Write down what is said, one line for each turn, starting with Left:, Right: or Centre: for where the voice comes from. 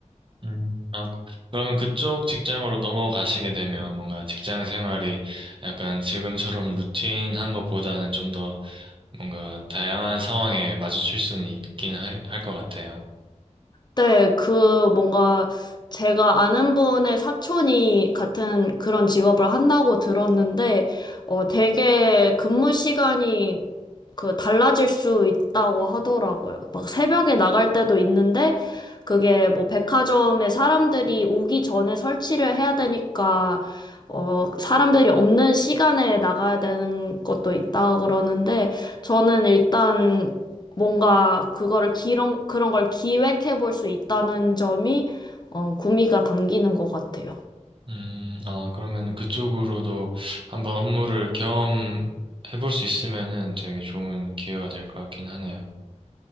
Right: 음. 아, 그- 그러면 그쪽 직장으로 넘어가시게 되면 뭔가 직장 생활이 약간 지금처럼 루틴한 것보다는 좀 더 뭔가 다양한 상황에 마주칠 수는 있긴 할 것 같아요.
Left: 네, 그 뭔가 제가 아는 분의 사촌이 같은 그런 직업을 한다고 들었는데, 어, 되게 근무 시간이 그 달라질 수 있다고 하더라고요. 막 새벽에 나갈 때도 있는데, 그게 뭐 백화점에 사람들이 오기 전에 설치를 해야 되니까, 어, 사람들이 없는 시간에 나가야 되는 것도 있다 그러는데, 저는 일단 뭔가 그거를 기런, 그런 걸 기획해 볼 수 있다는 점이 어, 구미가 당기는 것 같아요.
Right: 음, 아, 그러면 그쪽으로도 한번 업무를 경험해 볼 수 있으면은 되게 좋은 기회가 될 것 같긴 하네요.